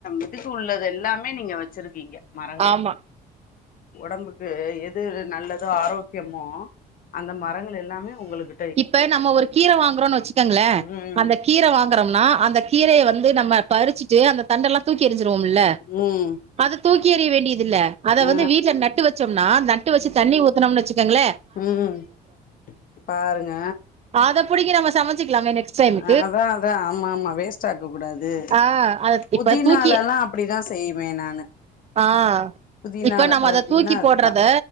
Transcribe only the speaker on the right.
ஆமா
இப்ப நம்ம ஒரு கீர வாங்குறோன் வச்சிக்கங்ளே
அந்த கீர வாங் க்றம்னா அந்த கீரய வந்து நம்ம பறிச்சி டு அந்த தண்டெல்லா தூக்கி எறிஞ்சிருவோம்ல்ல
அத தூக்கி எறிய வேண்டியதில்ல அத
வந்து வீட்ல நட் ட்டு வச்சோம்னா நட்டு வச்சு தண்ணி ஊத்துனும்ல் வச்சுக்கங்ளே
ஆத புடுங்கி நாம சமச்சிக்லாமே நெக்ஸ்ட் டைம்மு
ஆ அத
இப்ப தூக்கி
ஆ
இப்ப நாம
அத தூக்கி
போட்றத